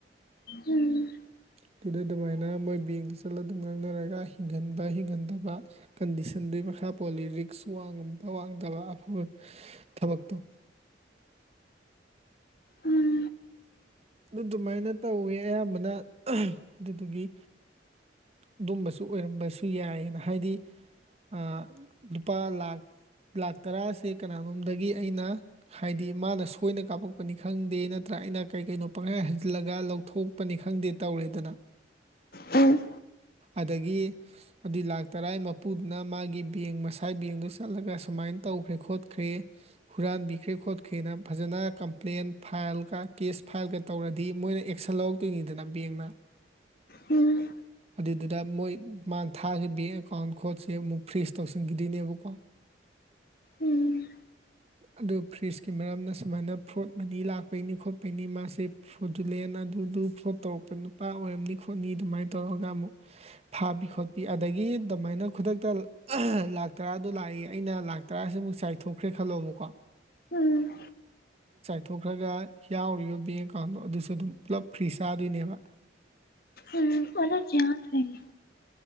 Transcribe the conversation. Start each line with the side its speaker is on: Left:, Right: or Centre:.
Left: ꯎꯝ
Right: ꯑꯗꯨꯗꯣ ꯗꯨꯃꯥꯢ ꯃꯣꯏ ꯕꯦꯡꯗ ꯆꯠꯂ ꯑꯗꯨꯝ ꯉꯥꯡꯅꯔꯒ ꯍꯤꯡꯍꯟꯕ ꯍꯤꯡꯍꯟꯗꯕ ꯀꯟꯗꯤꯁꯟꯗꯨꯒꯤ ꯃꯈꯥ ꯄꯣꯜꯂꯤ ꯔꯤꯛꯁ ꯋꯥꯡꯉꯝꯕ ꯋꯥꯡꯗꯕ ꯑꯐꯕ ꯊꯕꯛꯇꯣ
Left: ꯎꯝ
Right: ꯑꯗꯨꯃꯥꯏꯅ ꯇꯧꯋꯦ ꯑꯌꯥꯝꯕꯅ ꯑꯗꯨꯗꯨꯒꯤ ꯑꯗꯨꯝꯕꯁꯨ ꯑꯣꯏꯔꯝꯕꯁꯨ ꯌꯥꯏꯑꯅ ꯍꯥꯏꯗꯤ ꯑꯥ ꯂꯨꯄꯥ ꯂꯥꯥꯛ ꯂꯥꯛ ꯇꯔꯥꯁꯦ ꯀꯅꯥꯅꯣꯝꯗꯒꯤ ꯑꯩꯅ ꯍꯥꯏꯗꯤ ꯃꯥꯅ ꯁꯣꯏꯅ ꯀꯥꯞꯄꯛꯄꯅꯤ ꯈꯪꯗꯦ ꯅꯠꯇ꯭ꯔꯥ ꯑꯩꯅ ꯀꯩ ꯀꯩꯅꯣ ꯄꯪꯍꯥꯏ ꯍꯟꯖꯤꯜꯂꯒ ꯂꯧꯊꯣꯛꯄꯅꯤ ꯈꯪꯗꯦ ꯇꯧꯔꯦꯗꯅ
Left: ꯎꯝ
Right: ꯑꯗꯒꯤ ꯑꯗꯨ ꯂꯥꯛ ꯇꯔꯥ ꯃꯄꯨꯗꯨꯅ ꯃꯥꯒꯤ ꯕꯦꯡ ꯃꯁꯥꯏ ꯕꯦꯡꯗꯨ ꯆꯠꯂꯒ ꯁꯨꯃꯥꯏꯅ ꯇꯧꯈ꯭ꯔꯦ ꯈꯣꯠꯈ꯭ꯔꯦ ꯍꯨꯔꯟꯕꯤꯈ꯭ꯔꯦ ꯈꯣꯠꯈ꯭ꯔꯦꯅꯥ ꯐꯖꯅ ꯀꯝꯄ꯭ꯂꯦꯟ ꯐꯥꯏꯜꯒ ꯀꯦꯁ ꯐꯥꯏꯜꯒ ꯇꯧꯔꯗꯤ ꯃꯣꯏꯅ ꯑꯦꯛꯁꯟ ꯂꯧꯔꯛꯇꯣꯏꯅꯤꯗꯅ ꯕꯦꯡꯅ
Left: ꯎꯝ
Right: ꯑꯗꯨꯗ ꯃꯣꯏ ꯃꯥꯅ ꯊꯥꯈꯤꯕ ꯕꯦꯡ ꯑꯦꯀꯥꯎꯟ ꯈꯣꯠꯁꯦ ꯑꯃꯨꯛ ꯐ꯭ꯔꯤꯁ ꯇꯧꯁꯤꯟꯈꯤꯗꯣꯏꯅꯦꯕꯀꯣ
Left: ꯎꯝ
Right: ꯑꯗꯨ ꯐ꯭ꯔꯤꯖꯀꯤ ꯃꯔꯝꯅ ꯁꯨꯃꯥꯏꯅ ꯐ꯭ꯔꯣꯠ ꯃꯅꯤ ꯂꯥꯛꯄꯩꯅꯤ ꯈꯣꯠꯄꯩꯅꯤ ꯃꯥꯁꯦ ꯐꯣꯗꯨꯂꯦꯟ ꯑꯗꯨꯗꯨ ꯐ꯭ꯂꯣꯗ ꯇꯧꯔꯛꯄ ꯅꯨꯄꯥ ꯑꯣꯏꯔꯝꯅꯤ ꯈꯣꯠꯅꯤ ꯑꯗꯨꯃꯥꯏꯅ ꯇꯧꯔꯒ ꯑꯃꯨꯛ ꯐꯥꯕꯤ ꯈꯣꯠꯄꯤ ꯑꯗꯒꯤ ꯑꯗꯨꯃꯥꯏꯅ ꯈꯨꯗꯛꯇ ꯂꯥꯛ ꯇꯔꯥꯗꯣ ꯂꯥꯛꯏ ꯑꯩꯅ ꯂꯥꯛ ꯇꯔꯥꯁꯤꯃꯨꯛ ꯆꯥꯏꯊꯣꯛꯈ꯭ꯔꯦ ꯈꯜꯂꯣꯕꯀꯣ
Left: ꯎꯝ
Right: ꯊꯣꯛꯈ꯭ꯔꯒ ꯌꯥꯎꯔꯤꯕ ꯕꯦꯡ ꯑꯦꯀꯥꯎꯟꯗꯣ ꯑꯗꯨꯁꯨ ꯑꯗꯨꯝ ꯄꯨꯂꯞ ꯐ꯭ꯔꯤꯁ ꯆꯥꯗꯣꯏꯅꯦꯕ
Left: ꯎꯝ ꯑꯣꯟꯅ ꯌꯥꯅꯤ